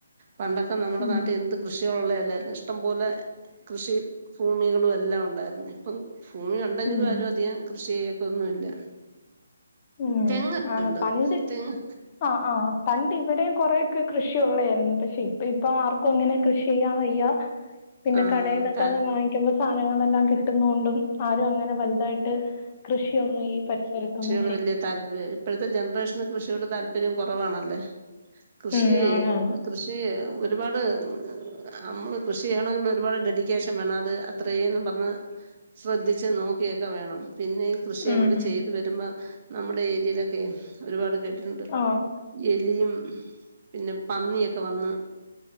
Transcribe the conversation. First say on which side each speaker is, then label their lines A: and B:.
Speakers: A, on the right (about 40°); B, on the left (about 35°).
A: പണ്ടൊക്കെ നമ്മടെ
B: ഉം
A: നാട്ടിൽ എന്ത് കൃഷി ഉള്ളയല്ലായിര്ന്നു ഇഷ്ടംപോലെ കൃഷി ഭൂമികളും എല്ലാം ഉണ്ടായിരുന്നു. ഇപ്പം ഭൂമി ഉണ്ടെങ്കിലും
B: ഉം
A: ആരും അധികം കൃഷി ചെയ്യത്തൊന്നുല്ല.
B: ഉം
A: തെങ്ങ് ഒക്കെയുണ്ട്
B: ആണ് പണ്ട്
A: തെങ്ങ്
B: ആഹ്, ആഹ് പണ്ട് ഇവിടെയും കൊറെക്കെ കൃഷിയള്ളതായിരുന്നു പക്ഷെ ഇപ്പ ഇപ്പ ആർക്കും അങ്ങനെ കൃഷി ചെയ്യാൻ വയ്യ. പിന്നെ
A: ആ
B: കടെന്നൊക്കെ
A: ത
B: വാങ്ങിക്കുമ്പോ സാധനങ്ങളെല്ലാം കിട്ടുന്ന കൊണ്ടും ആരും അങ്ങനെ വലുതായി ട്ട് കൃഷിയൊന്നും ഈ പരിസരത്ത് ഒന്ന്
A: ട് വല്ല്യ താല്പര്യം ഇപ്പഴത്തെ ജനറേഷന് കൃഷിയോട് താല്പര്യം കുറവാണല്ലേ. കൃഷി
B: ഉം ആണാണ്
A: കൃഷി ഒരുപാട് നമ്മള് കൃഷി ചെയ്യണമെങ്കിൽ ഒരുപാട് ഡെഡിക്കേഷൻ വേണം അത് അത്രെന്നും പറഞ്ഞ് ശ്രദ്ധിച്ച് നോക്കിയൊ ക്കെ വേണം. പിന്നെ ഈ കൃഷി
B: ഉം
A: അങ്ങോട്ട്
B: ഉം
A: ചെയ്ത് വരുമ്പോ നമ്മുടെ ഏരിയയിലൊക്കെ ഒരുപാട് <unintelligible> ണ്ട്
B: ആഹ്
A: എലിയും പിന്നെ പന്നിയൊക്കെ വന്ന്